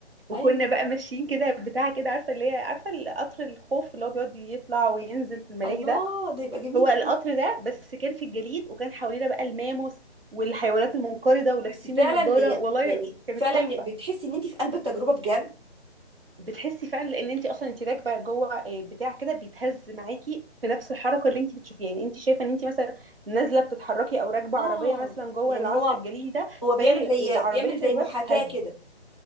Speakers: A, on the right; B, on the right.
A: وكنا
B: ايوه
A: بقى ماشيين كده بتاع كده عارفه اللي هي عارفه القطر الخوف اللي هو بيقعد يطلع وينزل في الملاهي
B: الله
A: ده
B: ده يبقى جميل
A: هو القطر
B: قوي
A: ده بس كان في الجليد وكان حوالينا بقى الماموس والحيوانات المنقرضه ولابسين
B: بس فعلا
A: النضاره
B: ي-
A: والله
B: يعني
A: كانت
B: فعلا
A: تحفه
B: بتحسي ان انت في قلب التجربه بجد
A: بتحسي فعلا لان انت اصلا انت راكبه جوه آه، بتاع كده بيتهز معاكي في نفس الحركه اللي انت بتشوفيها يعني انت شايفه ان انت مثلا نازله بتتحركي او راكبه
B: اه
A: عربيه مثلا جوه
B: يعني
A: العصر
B: هو
A: الجليدي ده
B: هو بيعمل
A: فهي ال-
B: زي
A: العربيه
B: بيعمل
A: اللي انت
B: زي
A: راكباها
B: محاكاه
A: بتتهز
B: كده